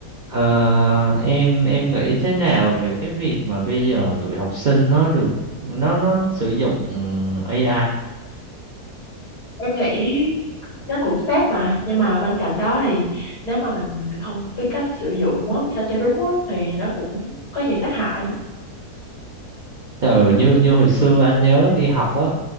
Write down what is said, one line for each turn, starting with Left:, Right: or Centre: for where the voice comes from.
Right: Ờ, em em nghĩ thế nào về cái việc mà bây giờ tụi học sinh nó được nó nó sử dụng AI
Left: em nghĩ nó cũng tốt mà nhưng mà bên cạnh đó thì nếu mà mình không biết cách sử dụng á sao cho đúng á thì nó cũng có nhiều tác hại
Right: ừ, như như hồi xưa anh nhớ đi học á